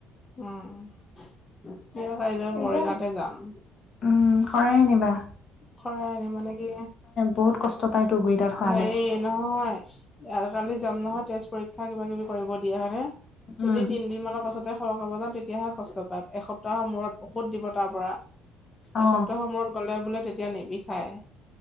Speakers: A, on the left (about 15°); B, on the left (about 35°).
A: উম। কিয় কাইলৈ
B: এতিয়া
A: মৰিগাওঁতে যাম।
B: উম শৰাই নিবা?
A: শৰাই আনিম মানে কি,
B: বহুত কষ্ট পায়তো গুৰি দাঁত খোৱালে
A: হেৰি নহয় কালি যাম নহয় তেজ পৰীক্ষা কিবা কিবি কৰিব দিয়া হায়নে যদি
B: উম
A: তিন দিন মানৰ পাছত তে সলকাব যাওঁ তেতিয়াহে কষ্ট পায় এসপ্তাহৰ মূৰত ঔষধ দিব তাৰ পৰা। এসপ্তাহৰ
B: অ
A: মূৰত গ'লে বোলে তেতিয়া নিবিষায়।